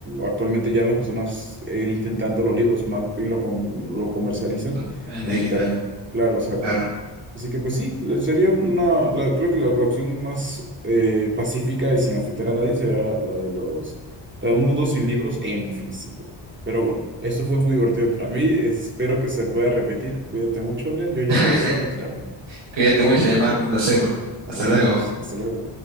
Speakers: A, on the right; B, on the right.
A: actualmente ya las personas editen tanto los libros, más bien lo, com- lo comercializan
B: do- En
A: en
B: digital,
A: internet. Claro, exacto.
B: claro.
A: Así que pues sí, le- sería una, la- creo que la, la opción más eh, pacífica y sin afectar a nadie sería la, la de los, la de un mundo sin libros en físico. Pero bueno, esto fue muy divertido para mí. Espero que se pueda repetir. Cuídate mucho, Adrián. Yo ya
B: <laughs>
A: procedo a retirarme.
B: Cuídate mucho, llamar con placer.
A: Nos
B: Hasta
A: vemos.
B: luego.
A: Hasta luego.